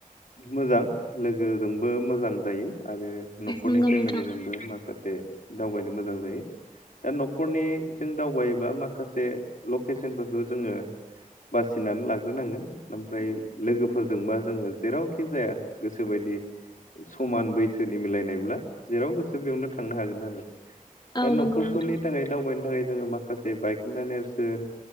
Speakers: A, on the left; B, on the left.
A: मोजां लोगोजोंबो मोजां जायो। आरो नखरनि
B: नंगौ
A: फेमिलिजोंबो
B: नोंथां
A: माखासे दावबायनो मोजां जायो। दा नखरनि जों दावबायोबा माखासे लकेसनफोरखौ जोङो बासिनानै लाग्रोनांगोन ओमफ्राय लोगोफोरजोंबा जोङो जेरावखि जाया गोसो बायदि समान बैसोनि मिलायनायब्ला जेराव गोसो बेयावनो थांनो हागोन आरो।
B: औ
A: दा नखरफोरनि
B: नंगौ नोंथां
A: थाखाय दावबायनो थाखाय जोङो माखासे बायखोन्दा नेरसोन